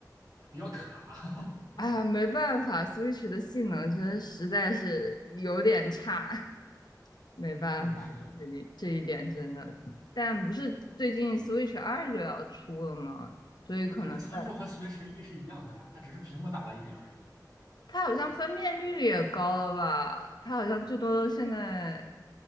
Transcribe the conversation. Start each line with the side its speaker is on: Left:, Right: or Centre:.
Right: 它比较卡。
Left: 啊，没办法，Switch 的性能真的实在是有点差。没办法，
Right: <laughs> 对，是的，
Left: 这里这一点真的，但不是最近 Switch 二就要出了吗？所以可能在
Right: 可是参数和 Switch 一是一样的呀，它只是屏幕大了一点而已。
Left: 它好像分辨率也高了吧？它好像最多现在